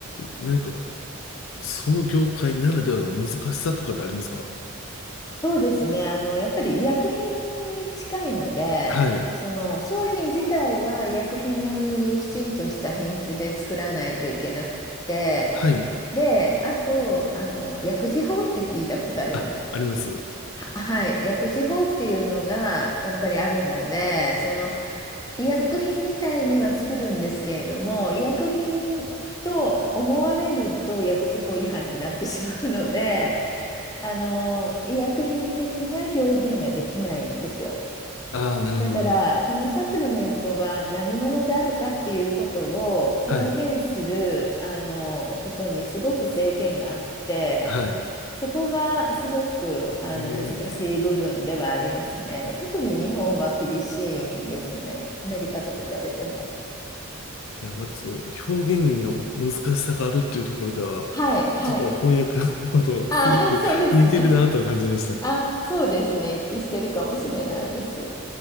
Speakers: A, on the left; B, on the left.
A: 何か、その業界ならではの難しさとかってありますか
B: そうですね。あの、やっぱり医薬品に近いので、
A: はい。
B: その商品自体は医薬品並みにきちんとした品質で作らないといけなくって、
A: はい。
B: で、あと、あの、薬事法って聞いたことあります。
A: あ、あります。
B: は、はい。薬事法っていうのがやっぱりあるので、その医薬品みたいには作るんですけれども、医薬品と思われると薬事法違反になってしまうので、あの、医薬品的な表現ができないんですよ。
A: ああ、なるほど、
B: だから、
A: なるほど。
B: このサプリメントは何者であるかっていうことを表現する、
A: はい。
B: あの、ことにすごく制限があって、
A: はい。
B: そこがすごくあの難しい部分ではありますね。
A: へえ。
B: 特に日本は厳しいんですよね。アメリカと比べても。
A: いや、なんかその表現の難しさがあるっていうところでは、
B: はい、はい。
A: ちょっと翻訳の方とすごく似てるなと感じました。
B: ああ、<laughs> そうですね。あ、そうですね。一致してるかもしれないです。